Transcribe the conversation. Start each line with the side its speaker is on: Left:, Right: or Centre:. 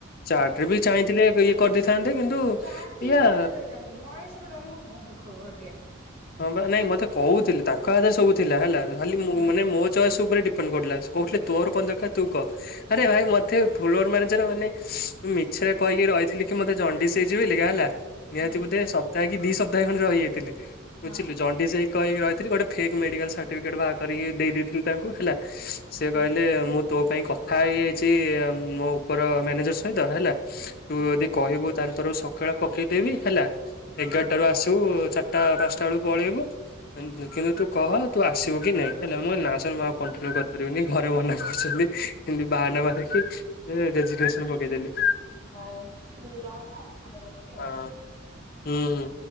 Left: ଚାଟରେ ବି ଚାହିଁଥିଲେ ଇଏ କରିଦେଇଥାନ୍ତି। ଥାନ୍ତେ କିନ୍ତୁ
Right: ଚାଟ
Left: ଏଇଆ
Right: ଇମେଲରେ ରହିଥାନ୍ତୁ ଭଏସରେ ରହିବୁ ବହୁତ ଘଟିଆ
Left: ହଁ ବା ନାଇଁ ମତେ କହୁଥିଲେ ତାଙ୍କ ହାତରେ ସବୁ ଥିଲା ହେଲା ଖାଲି
Right: ହୁଁ
Left: ମାନେ ମୋ ଚଏସ୍ ଉପରେ ଡିପେଣ୍ଡ କରୁଥିଲା ତୋର କଣ ଦରକାର ତୁ କହ? ଆରେ ଭାଇ ମତେ ଫ୍ଲୋର ମାନେ ଜର ମାନେ ମିଛରେ କହିକି ରହିଥିଲି କି ମତେ ଜଣ୍ଡିସ ହେଇଚି ବୋଲିକା ହେଲା। ନିହାତି
Right: ହୁଁ
Left: ବୋଧେ ସପ୍ତାକ କି ଦି ସପ୍ତାହେ ଖଣ୍ଡେ ରହିଯାଇିଥିଲି ବୁଝିଲୁ
Right: ହଁ
Left: ଜଣ୍ଡିସ ହେଇ କହିକି ରହିଥିଲି ଗୋଟେ ଫେକ୍ ମେଡିକାଲ ସର୍ଟିଫିକେଟ ବାହାର କରିିକି ଦେଇ ଦେଇଥିଲି ତାଙ୍କୁ ହେଲା। ସେ
Right: ହୁଁ
Left: କହିଲେ ମୁଁ ତୋ ପାଇଁ କଥା ହେଇଯାଇଛି ଆ ମୋ ଉପର ମ୍ୟାନେଜର ସହିତ ହେଲା ତୁ
Right: ହୁଁ
Left: ଯଦି କହିବୁ ତାହାଲେ ତୋର ସକାଳୁଆ ପକେଇଦେବି ହେଲା
Right: ହୁଁ
Left: ଏଗାରଟାରୁୁ ଆସିବୁ ଚାରିଟା ପାଞ୍ଚଟା ବେଳୁ ପଳେଇବୁ। <unintelligible> କିନ୍ତୁ ତୁ କହ ତୁ ଆସିବୁ କି ନାଇଁ ହେଲା ମୁଁ କହିଲି ନା ସାର୍ ମୁଁ ଆଉ କଣ୍ଟିନ୍ୟୁ କରିପାରିବିନି ଘରେ ମନା କରିଛନ୍ତି। ଏମିତି ବାହାନା ମାରିକି ରେଜିଂନେସନ ପକେଇଦେଲି।
Right: ହୋଉ ତୁ ରହ ପରେ କରୁଛି
Left: ହଁ
Right: ଆଉ।
Left: ହୁଁ।